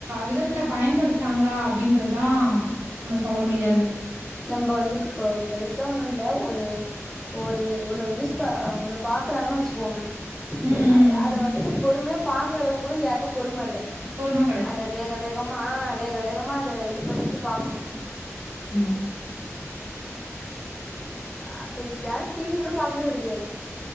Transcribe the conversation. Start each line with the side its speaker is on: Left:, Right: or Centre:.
Right: விதத்துல பயன்படுத்துறாங்ளா அப்டின்றதா நம்ம சொல்ல முடியாது
Centre: நம்ப வந்துட்டு இப்போ பெருசா ஒண்ணு இல்ல ஒரு ஒரு ஒன்ன யூஸ் பா ஒன்னு பாக்குறாங்கன்னு வெச்சுகோங்க
Right: ம்,
Centre: அத
Right: ம்.
Centre: அத வந்துட்டு பொறுமயா பாக்குற அளவுக்கு கூட இங்க யாருக்கு பொறும இல்ல
Right: பொரும கெட
Centre: அத வேக வேகமா அ வேக வேகமா அத இது பண்ணிட்டு பாக்கணு
Right: அம்மா
Centre: அப்ப இப் யாரு டி வி கூட பாக்கறது கெடயாது